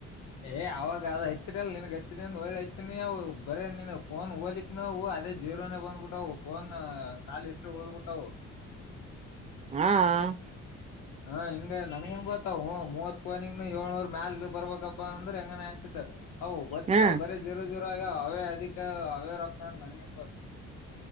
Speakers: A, on the left; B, on the right.
A: ಏ ಅವಾಗ ಅದು ಹೆಚ್ಚಿದೆಲ್ಲ ನಿನ್ಗ್ ಹಚ್ಚ ಹೆಚ್ಚ ನೀವು ಬರ ನೀನು ಫೋನ್ ಹೋಲಿಕ್ ನಾವು ಅದೇ ಜೀರೋನೇ ಬಂದ್ಬಿಟ್ಟು <unintelligible> ಟ್ಟವು ಫೋನ್ ಕಾಲ ಎಷ್ಟು ಉಳದ್ಬ ಬಿಟ್ಟವು
B: ಹಾ <unintelligible>
A: ಹಾ ಹಿಂಗ ನನ್ಗೇನ್ ಗೊತ್ತ ಮೂವತ್ ಪೋನಿಂಗ ಏಳ್ನವರ್ ಮ್ಯಾಲ ಬರ್ಬೇಕಪ್ಪಾ ಅಂದ್ರೆ ಹೆಂಗನ್ ಆಚತೆ <unintelligible> <unintelligible> ಹ ಗೊತ್ತಿಲ್ಲವು
B: ಹಾ
A: ಬರೀ ಜೋರ ಜೋರಗ ಅವೇ ಅದಿಕ ಅವೇ ರೊಕ್ಕ ಅಂತ ನನ್ಗೇನ್ ಗೊತ್ತು